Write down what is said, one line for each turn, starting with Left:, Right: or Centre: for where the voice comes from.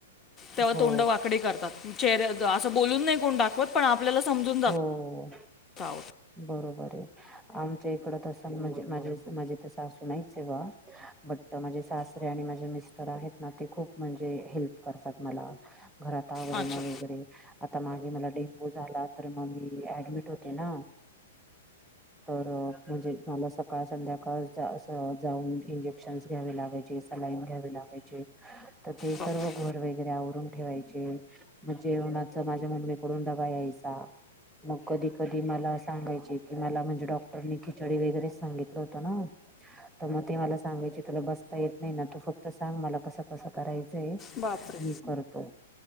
Left: तेव्हा
Centre: हो
Left: तोंड वाकडी करतात चेहऱ्या असं बोलून नाही कोण दाखवत पण आपल्याला समजून जात.
Centre: हो
Left: <inaudible> हा.
Centre: बरोबर आहे आमच्या इकड तस म्हणजे माझ माझे सासू नाहीच हे बॉ बट माझे सासरे अणि माझे मीस टर आहेत ना ते खूप म्हणजे हेल्प करतात मला घरात आवरण
Left: अच्छा
Centre: वगैरे आता मागे मला डेंगू झाला तर मग मी ऍडमिट होते ना. तर म्हणजे मला सकाळ, संध्याकाळ जाऊन इंजेक्शनस घ्यावे लागायचे लाईन घ्यावे लागायचे तर ते
Left: बापरे
Centre: सर्व घर वगैरे आवरून ठेवाय चे मग जेवणाच माझ्या मम्मीकडून डबा यायचा. मग कधी कधी मला अस सांगायचे कि मला म्हणजे डॉक्टरनी खिचडी वगैरेच सांगितलं होत ना. तर मग ते मला सांगायचे तुला बसता येत नाही ना तू फक्त सांग मला कसं कसं करायचंय
Left: बापरे
Centre: मी करतो.